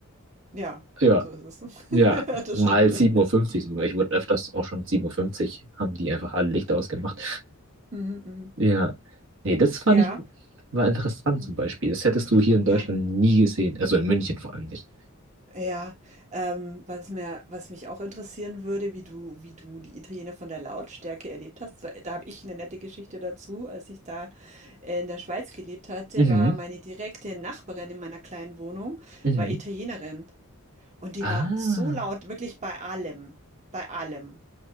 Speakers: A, on the right; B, on the right.
A: Ja,
B: Ja,
A: so ist es. <laughs>
B: ja,
A: Das
B: mal
A: stimmt,
B: sieben
A: ja.
B: Uhr fünfzig sogar. Ich wurde öfters auch schon sieben Uhr, fünfzig haben die einfach alle Lichter ausgemacht.
A: Mhm, mhm.
B: Ja, nee, das fand
A: Ja.
B: ich war interessant
A: Mhm.
B: zum Beispiel. Das hättest du hier in Deutschland
A: Ja.
B: nie gesehen. Also in München vor allem nicht.
A: Ja. Ähm, was mir was mich auch interessieren würde, wie du wie du die Italiener von der Lautstärke erlebt hast, weil da habe ich eine nette Geschichte dazu. Als ich da in der Schweiz gelebt hatte,
B: Mhm,
A: war meine direkte Nachbarin in meiner kleinen Wohnung
B: mhm.
A: war Italienerin Und die
B: Ah,
A: war so laut, wirklich bei allem, bei allem.